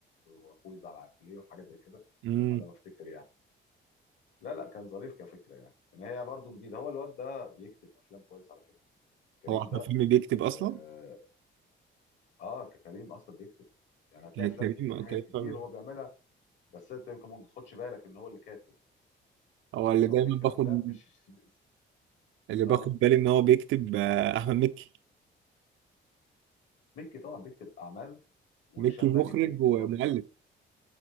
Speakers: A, on the left (about 70°); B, on the right (about 80°).
A: واخوه يزعل عليه وحاجه زي كده
B: امم
A: على ما افتكر يعني لا لا كان ظريف كفكره يعني ان هي برضو جديده هو الواد ده بيكتب افلام كويس على فكره كريم
B: هو احمد
A: ده
B: فيلم بيكتب اصلا
A: اه, آه كريم اصلا بيكتب يعني هتلاقي
B: يعني كريم
A: افلام ك- في حاجات
B: كريم
A: كتير
B: فهمي.
A: هو بيعملها بس انت يمكن ما بتاخدش بالك ان هو اللي كاتب
B: هو اللي
A: يعني
B: دايما
A: هو بيكتب
B: باخد
A: افلام مش الس-
B: اللي
A: اه
B: باخد بالي ان هو بيكتب آه، احمد مكي
A: مكي طبعا بيكتب اعماله وهشام
B: ميكي مخرج
A: ماجد بيكتب
B: ومؤلف
A: برضو